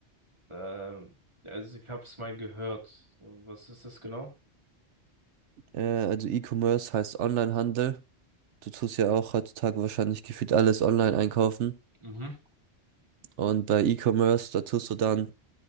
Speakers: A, on the right; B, on the right.
A: Ähm, also ich habe es mal gehört. Was ist das genau?
B: Äh, also E-Commerce heißt Onlinehandel. Du tust ja auch heutzutage wahrscheinlich gefühlt alles online einkaufen.
A: Mhm.
B: Und bei E-Commerce, da tust du dann